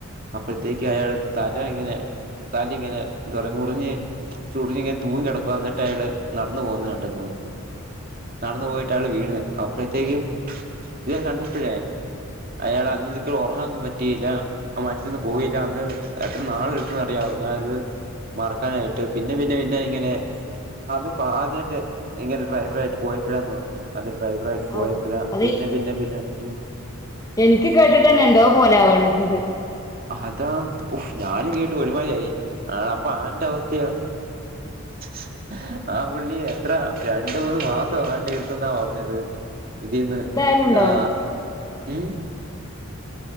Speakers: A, on the right; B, on the left.
A: അപ്പഴത്തേക്ക് അയാടെ തല ഇങ്ങനെ തല ഇങ്ങനെ എന്താറയാ മുറിഞ്ഞ് ഞ്ഞിങ്ങനെ തൂങ്ങിട്ക്കുവാ എന്നിട്ടയാള് നട്ന്നു പോകുന്നത് കണ്ടന്ന് നടന്നു പോയിട്ടയാള് വീണ് അപ്പഴത്തേക്കും ഇത് കണ്ടപ്പഴേ അയാൾ അന്നെനിക്ക് ഉറങ്ങാനൊന്നും പ റ്റിയില്ല അത് മനസ്സീന്ന് പോയില്ല അന്ന് എത്ര നാളെടുത്തെന്ന് അറിയാവോ ഞാനിത് മറക്കാനായിട്ട് പിന്നെ പിന്നെ പിന്നെ ഇങ്ങനെ അതിപ്പൊ ആദ്യായിട്ട് ഇങ്ങനെ ഡ്രൈവറായിട്ട് പോയപ്പോഴാന്ന് പറഞ്ഞെ ആദ്യം ഡ്രൈവറായിട്ട് പോയപ്പഴാ
B: ഔ അത്
A: പിന്നെ പിന്നെ പിന്നെ ഉം
B: എനിക്ക് കേട്ടിട്ട്ന്നെ എന്തോ പോലെ ആവണ് ഇത്
A: അതാ ഉം ഞാനും കേട്ട് ഒരുമായിരിയായി ആഹ് അപ്പൊ ആളിന്റെ അവസ്ഥയോ <inaudible> ആ പുള്ളി എത്രാ രണ്ട്മൂന്ന് മാസം എങ്ങാണ്ട് എടുത്തെന്നാ പറഞ്ഞത് ഇതീന്ന്
B: എന്തായാലും ഉണ്ടാവും
A: ആഹ് ഉം